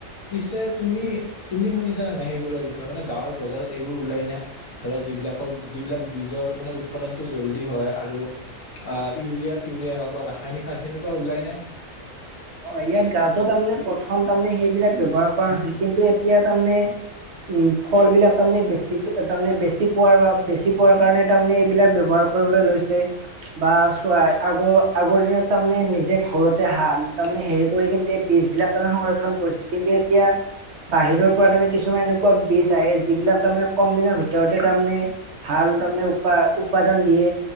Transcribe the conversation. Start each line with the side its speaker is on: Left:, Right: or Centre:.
Left: পিছে তুমি তুমি শুনিছা নে নাই? সেইবোৰৰ বিষয়ে মানে গাঁৱৰ বজাৰত এইবোৰ ওলাই নে ধৰা যিবিলাকৰ যিবিলাক বীজৰ মানে উৎপাদনতটো জল্দি হয় আৰু অ ইউৰিয়া-চিউৰিয়াই হওক বা ৰাসায়নিক সাৰ, সেনেকুৱা ওলাই নে?
Right: অ ইয়াত গাৱতো তাৰমানে প্ৰথম তাৰমানে সেইবিলাক ব্যৱহাৰ কৰা নাছিল কিন্তু এতিয়া তাৰমানে উম ফল বিলাক তাৰমানে বেছি তাৰমানে বেছি পোৱাৰ বা বেছি পোৱাৰ কাৰণে তাৰমানে এইবিলাক ব্যৱহাৰ কৰিবলৈ লৈছে বা চোৱাই। আগৰ -আগৰ দিনত তাৰমানে নিজে ঘৰতে হাল তাৰমানে হেৰি কৰি কিন্ত বীজ বিলাক তাৰমানে সংৰক্ষণ কৰিছিল। কিন্তু এতিয়া বাহিৰৰ পৰা তাৰমানে কিছুমান এনেকুৱা বীজ আহে, যিবিলাক তাৰমানে কম দিনৰ ভিতৰতে তাৰমানে ভাল তাৰমানে উৎপাদন দিয়ে